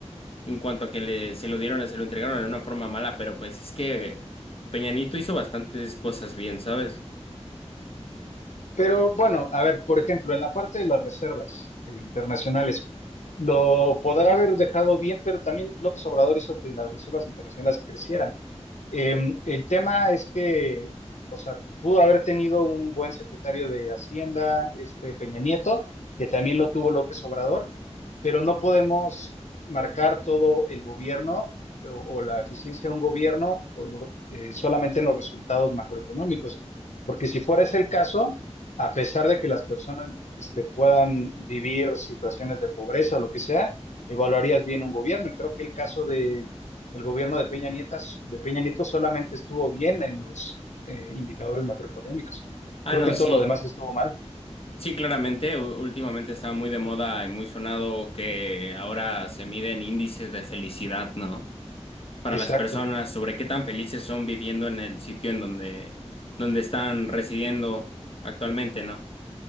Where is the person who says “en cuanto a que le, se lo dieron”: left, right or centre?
Left